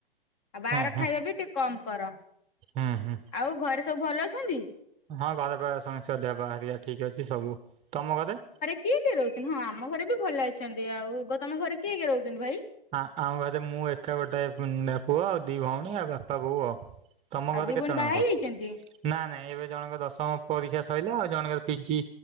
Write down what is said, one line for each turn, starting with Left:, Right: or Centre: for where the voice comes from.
Left: ଆଉ ବାହାର
Right: ହଁ ହଁ
Left: ଖାଇବା ବି ଟିକେ କମ କର।
Right: ହୁଁ ହୁଁ।
Left: ଆଉ ଘରେ ସବୁ ଭଲ ଅଛନ୍ତି?
Right: ହଁ ଘରେ ପା ସମସ୍ତଙ୍କ ଦେହ ଠିକ ଅଛି ସବୁ। ତମ ଘରେ?
Left: କିଏ କିଏ ରହୁଚନ୍ତି? ହଁ ଆମ ଘରେ ବି ଭଲ ଅଛନ୍ତି। ଆଉ ଗ ତମ ଘରେ କିଏ କିଏ ରହୁଚନ୍ତି ଭାଇ?
Right: ହଁ ଆମ ଘରେ ମୁଁ ଏକା ଗୋଟେ ପୁଅ ଆଉ ଦି ଭଉଣୀ ଆଉ ବାପା ବୋଉ ଆଉ। ତମ
Left: ଆଉ
Right: ଘରେ
Left: ଦି
Right: କେତେ
Left: ଭଉଣୀ ବାହା
Right: ଜଣ କଣ?
Left: ହେଇ ଯାଇଛନ୍ତି?
Right: ନା ନା ଏବେ ଜଣଙ୍କର ଦଶମ ପରୀକ୍ଷା ସରିଲା। ଆଉ ଜଣଙ୍କର ପିଜି